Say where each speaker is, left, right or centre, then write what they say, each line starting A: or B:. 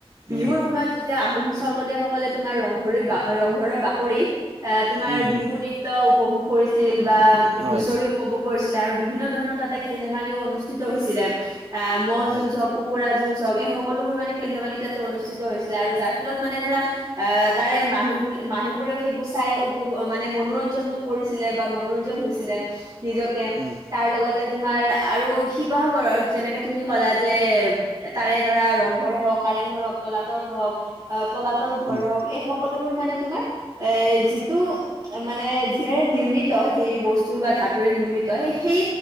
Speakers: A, on the right; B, on the right.
A: বিহুৰ
B: উম
A: সময়ত তিয়া আহোম স্বৰ্গদেউসকলে তোমাৰ ৰংঘৰি ৰংঘৰৰ বাকৰিত এ তোমাৰ
B: উম হম
A: বিহু নৃত্য উপভোগ কৰিছিল বা
B: হয়
A: হুঁচৰি উপভোগ কৰিছিল আৰু বিভিন্ন ধৰণৰ তাতে খেল ধেমালিও অনুষ্ঠিত হৈছিলে এ মহ
B: হয়
A: যুজ হওক কুকুৰা যুঁজ হওক এই সকলোবোৰ মানে খেল ধেমালি তাতে অনুষ্ঠিত হৈছিলে আৰু যাৰ ফলত মানে ধৰা আহ তাৰে মানুহ মানুহবোৰেও সেইবোৰ চাই উপ মানে মনোৰঞ্জন কৰিছিলে বা মনোৰঞ্জন হৈছিলে নিজকে
B: উম
A: তাৰ লগতে তোমাৰ আৰু শিৱসাগৰত যেনেকে তুমি ক'লা যে তাৰে ধৰা ৰংঘৰ হওক কাৰেংঘৰ হওক তলাতল হওক আহ তলাতল ঘৰ
B: উম
A: হওক এই সকলোবোৰ মানে তোমাৰ এ যিটো মানে যিহেৰে নিৰ্মিত যি বস্তু বা ধাতুৰে নিৰ্মিত সেই সেই